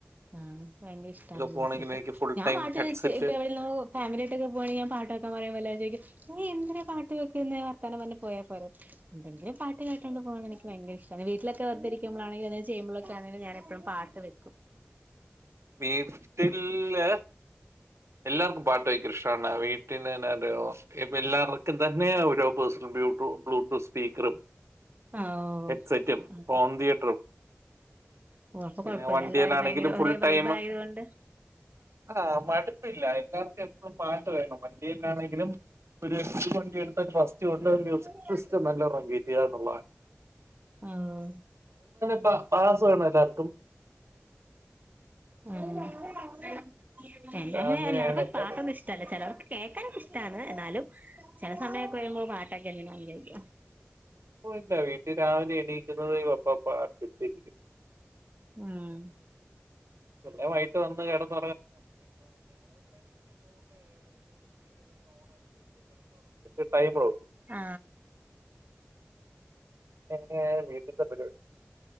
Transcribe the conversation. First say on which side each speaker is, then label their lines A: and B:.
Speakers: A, on the right; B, on the right.
A: ആഹ്.. എനിയ്ക്ക് ഭയങ്കര ഇഷ്ട മ്യൂസിക്..
B: പോകണെങ്കിൽ എനിക്ക് ഫുൾ
A: ഞാൻ
B: ടൈം
A: പാട്ട്
B: ഹെഡ്സെറ്റ്
A: വെച്ച് പ്പെ എവിട്ന്നോ ഫാമിലി ആയിട്ടൊക്കെ പോവാണെങ്കി ഞാൻ പാ പാട്ടൊക്കെ പറിമ്പോ എല്ലാരും ചോയ്ക്യും നീയെന്തിനാ പാട് റ്റ് വെക്ക്ന്ന വർത്താനം പർഞ് പോയാ പോരെ... എന്തങ്കിലും പാട്ട് കേട്ടോണ്ട് പോകനെനിക്ക് വയങ്കരഷ്ടാണ് വീട്ടിലെത് വീട്ടിൽ വെർതിരിക്കുമ്പളാണെലും എന്തേലും ചെയ്യുമ്പളൊക്കെ ആണെങ്കിലും ഞാനെപ്പഴും പാട്ട് വെക്കും
B: വീട്ട്ല്ല് എല്ലാർക്കും പാട്ട് ഭയങ്കര ഇഷ്ടാണ് വീട്ട് ന് നെ ന ഇത് എല്ലാർക്കും തന്നെ ഓരോ പേഴ്സണൽ <inaudible> ബ്ലൂടൂത്ത് സ്പീക്കറും
A: അ ഓ
B: ഹെഡ്സെറ്റും
A: ആ
B: ഹോം തിയേറ്ററും
A: ഓ അപ്പ
B: പിന്നെ
A: കൊഴപ്പല്ല
B: വണ്ടിയിലാണെങ്കിലും
A: എല്ലാരും ഭയങ്കര ഒരേ
B: ഫുൾ
A: വൈബായോണ്ട്
B: ടൈം ആ മടുപ്പില്ല എല്ലാർക്കും എപ്പളും പാട്ട് വേണം വണ്ടിയിലാണെങ്കിലും ഒരു <unintelligible> വണ്ടി എട്ത്താ <inaudible> ഒരു
A: ആഹ്
B: മ്യൂസിക് സിസ്റ്റം ന്നല്ല <inaudible> വെര്ആ എന്നുള്ളതാണ്
A: ആഹ്
B: <inaudible> പാ പാസ്സ് വേണോ എല്ലാർക്കും
A: ആ <unintelligible>
B: അങ്ങനെയാണ്
A: എല്ലാർക്കും
B: എല്ലാവരും
A: പാട്ടൊന്നും ഇഷ്ടല്ല ചെലോർക്ക് കേക്കാനൊക്കെഷ്ടാണ് ന്നാലും ചെല സമയൊക്കെ വെരുമ്പോ പാട്ടൊക്കെ എങ്ങനോ വെര്ആ
B: പോയ്ക്ക വീട്ടി രാവിലെ എണീക്കുന്നുന്നത് ഒപ്പ പാട്ടിട്ടിരിക്കും <inaudible>
A: ഉം
B: പിന്നെ വൈകിട്ട് വന്ന് കെട്- <inaudible> <inaudible>
A: ആ
B: ഇങ്ങനെ വീട്ടത്തെ പരിപടി